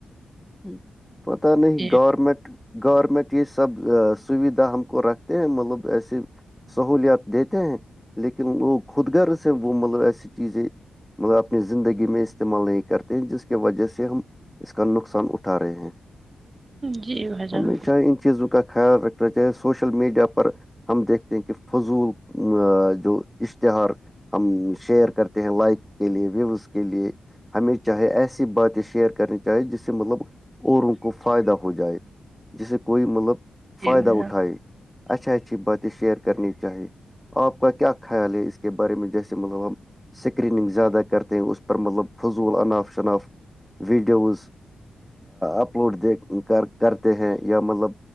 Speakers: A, in the centre; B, on the right.
A: <inaudible> پتہ نہیں
B: جی
A: گورمنٹ گورمنٹ یہ سب سویدھا ہم کو رکھ ہیں مطلب ایسے سہولیات دیتے ہیں لیکن لوگ خود غرض سے وہ ملویسی چیزیں مطلب اپنی زندگی میں استعمال نہیں کرتے ہیں جس کی وجہ سے ہم اس کا نقصان اٹھا رہے ہیں
B: جی بھائی جان
A: ہمیشہ ان چیزوں کا خیال رکھنا چاہے سوشل میڈیا پر ہم دیکھتے ہیں کہ فضول جو اشتہار ہم شیئر کرتے ہیں لائک کے لیے ویوز کے لیے ہمیں چاہے ایسی باتیں شیئر کرنی چاہی جس سے مطلب اوروں کو فائدہ ہو جائے جسے کوئی مطلب
B: جی
A: فائدہ
B: بھائی جان
A: اٹھائے اچھی اچھی باتیں شیئر کرنی چاہے آپ کا کیا خیال ہے اس کے بارے میں جیسے ملام سکریننگ زیادہ کرتے ہیں اس پر مطلب فضول انناف شناف ویڈیوز اپلوڈ د کر کرتے ہیں یا مطلب